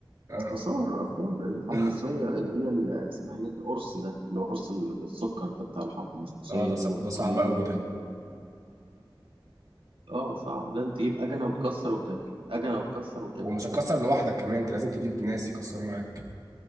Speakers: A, on the right; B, on the right.
A: اه
B: آثار آثار الحمصية
A: <laughs>
B: اللي هي ال- اسمها ايه القرص ده القرص اللي بالسكر ده بتاع الحمصية
A: اه ده ص...
B: والفولية
A: ده صعب قوي
B: وال...
A: ده
B: اه صعب ده انت تجيب أجنة وتكسر وتاكل أجنة وتكسر وتاكل
A: ومش هتكسر
B: أنا-
A: لوحدك كمان انت لازم تجيب ناس يكسروا معاك